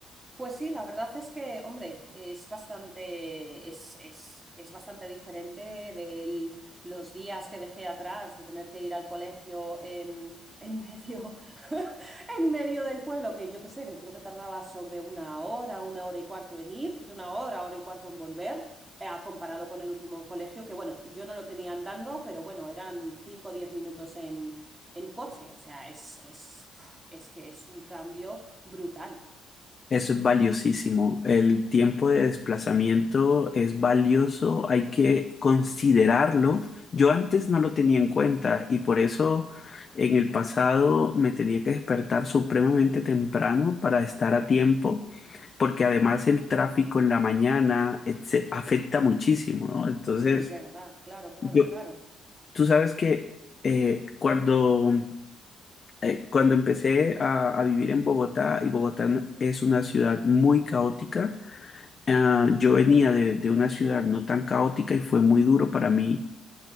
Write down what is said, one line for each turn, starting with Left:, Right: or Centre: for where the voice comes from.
Right: Pues sí, la verdad es que, hombre, es bastante, es, es, es bastante diferente de los días que dejé atrás de tener que ir al colegio en, en medio, <laughs> en medio del pueblo, que yo qué sé, que creo que tardaba sobre una hora, una hora y cuarto en ir y una hora, hora y cuarto en volver, eh, comparado con el último colegio, que bueno, yo no lo tenía andando, pero bueno, eran cinco o diez minutos en, en coche, o sea, es, es, pf, es que es un cambio brutal.
Left: Eso es valiosísimo. El tiempo de desplazamiento es valioso, hay que considerarlo. Yo antes no lo tenía en cuenta y por eso en el pasado me tenía que despertar supremamente temprano para estar a tiempo porque además el tráfico en la mañana etce- afecta muchísimo, ¿no? Entonces,
Right: Hombre, es verdad, claro, claro,
Left: Yo,
Right: claro.
Left: tú sabes que eh, cuando, eh, cuando empecé a, a vivir en Bogotá, y Bogotá no- es una ciudad muy caótica, ah, yo venía de, de una ciudad no tan caótica y fue muy duro para mí